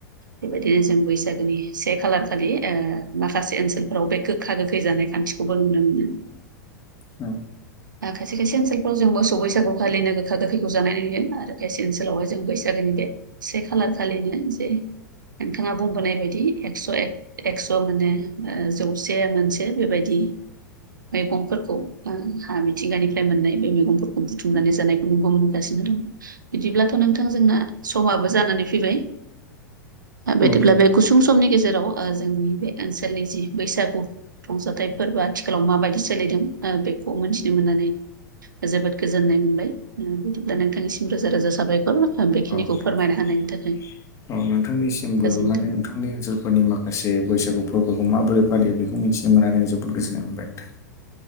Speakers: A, on the right; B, on the left.
A: बेबायदिनो जों बैसागोनि से खालारखालि माखासे ओनसोलफोराव बे गो गोखा गोखै जानाय खान्थिखौबो नुनो मोनो
B: औ
A: खायसे खायसे ओनसोलफ्राव जों मोसौ बैसागु खालिनो गोखा गोखैखौ जानाय नुयो आरो खायसे ओनसोलावहाय जों बैसागोनि बे से खालार खालिनो जे नोंथाङा बुंबोनाय बायदि एकस' एकस' माने जौ जौसे मोनसे बेबायदि मैगंफोरखौ हा मिथिंगानिफ्राय मोननाय बे मैगंफोरखौ बुथुमनानै जानायखौ नुबो मोनगासिनो दं बिदिब्लाथ' नोंथां जोंना समाबो जानानै फैबाय बिदिब्ला
B: औ
A: बे गुसुं समनि गेजेराव जोंनि बे ओनसोलनि जि बैसागु रंजाथाइ फोरबो आथिखालाव माबायदि सोलिदों बेखौ मोनथिनो मोननानै जोबोद गोजोननाय मोनबाय बिदिब्ला नोंथांनिसिम रोजा रोजा साबायखर ओ बेखिनिखौ
B: औ-औ
A: फोरमायना होनायनि थाखाय
B: नोंथांनिसिमबो
A: गोजोन्थों।
B: माने नोंथांनि ओनसोलफोरनि माख खासे बैसागु फोरबोखौ माबोरै फायो बेखौ मिथिनो मोननानै आं जोबोद गोजोननाय मोनबाय नोंथां